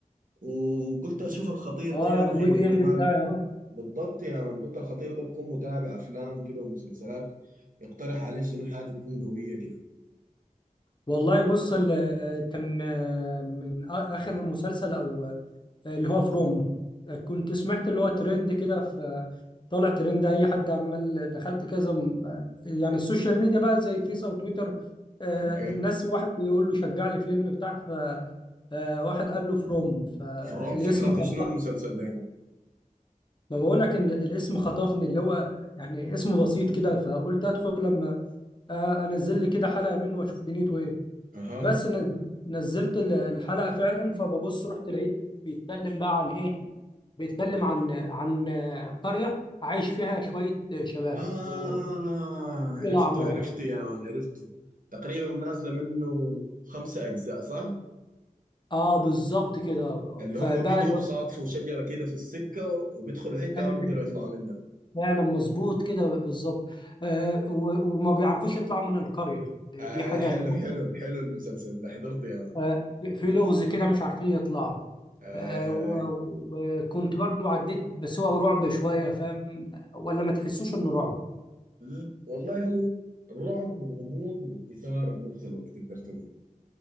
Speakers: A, on the right; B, on the left.
A: وقلت اشوف الخطير
B: اه
A: ده يا
B: في
A: اخي
B: الويك اند
A: احتمال
B: بتاعي اه.
A: بالضبط يا مان قلت الخطير ده بكون متابع افلام كده ومسلسلات يقترح عليه شنو حاجه تكون قويه كده
B: والله بص ال- كان آه، من آ- اخر مسلسل او آه، اللي هو فروم كنت سمعت اللي هو ترند كده في طالع ترند اي حد عمال دخلت كذا م- يعني السوشيال ميديا بقى زي فيس او تويتر آه،
A: اوكي
B: الناس واحد بيقول له شجع لي فيلم بتاع ف آه، واحد قال له فروم فالاسم
A: فروم فكره
B: خطفني
A: شنو المسلسل ده يا مان؟
B: ما بقول لك ان الاسم خطفني اللي هو يعني اسم بسيط كده فقلت ادخل لما آه، انزل لي كده حلقه منه واشوف دنيته ايه
A: اها
B: بس نز- نزلت ال- الحلقه فعلا فببص رحت لقيت بيتكلم بقى عن ايه بيتكلم عن عن قريه عايش فيها شويه شباب
A: اه
B: وكل الاعمار
A: عرفته عرفته يا مان عرفته تقريبا نازله منه خمسه اجزاء صح
B: اه بالظبط كده
A: اللي
B: فبقى
A: هم بيجوا
B: ال-
A: بصادفوا شجرة كده في السكة وبيدخلوا حتة
B: انت
A: ما بيقدروا
B: ك-
A: يطلعوا منها
B: فعلا مظبوط كده بالظبط آه و- وما بيعرفوش يطلعوا من القريه دي
A: آه
B: حاجه
A: حلو
B: اللي هم
A: حلو حلو المسلسل ده حضرته يا مان
B: آه في لغز كده مش عارفين يطلعوا
A: آه
B: آه، و- وكنت برضو عديت بس هو رعب شوية فاهم ولا ما تحسوش انه رعب
A: آه والله هو رعب وغموض وإثارة في نفس الوقت تقدر تقول